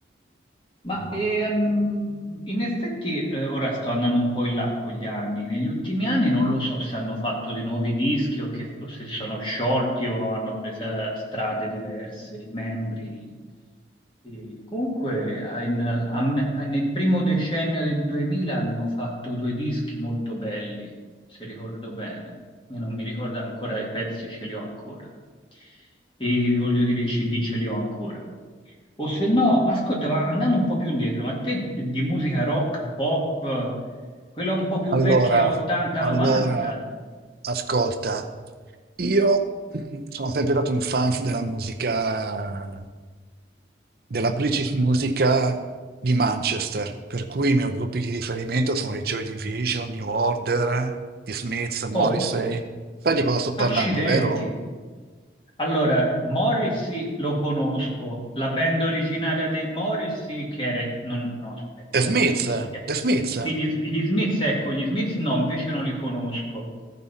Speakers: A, on the left; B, on the right.
A: Ma
B: Ma
A: ehm, in effetti eh, ora sto andando un po' in là con gli anni. Negli ultimi anni non lo so se hanno fatto dei nuovi dischi o, che- o se sono sciolti o hanno preso strade diverse i membri. E comunque a- in- a me- a- nel primo decennio del 2000 hanno fatto due dischi molto belli, se ricordo bene. Io non mi ricordo ancora i pezzi, ce li ho ancora. E voglio dire, i CD ce li ho ancora. O se no, ma ascolta, ma andando un po' più indietro, ma te di musica rock, pop, quella un po' più
B: Allora,
A: vecchia, 80-90?
B: allora, ascolta, io sono sempre stato un fan della musica, della British musica di Manchester, per cui i miei gruppi di riferimento sono i Joy Division, New Order, gli Smiths, Morrissey.
A: Oh.
B: Sai di cosa sto parlando,
A: Accidenti.
B: vero?
A: Allora, Morrissey lo conosco, la band originaria dei Morrissey che era... non- no, aspetta,
B: The
A: m-
B: Smiths,
A: come si chiama?
B: The Smiths.
A: Sì, gli, gli Smiths, ecco, gli Smiths no, invece non li conosco.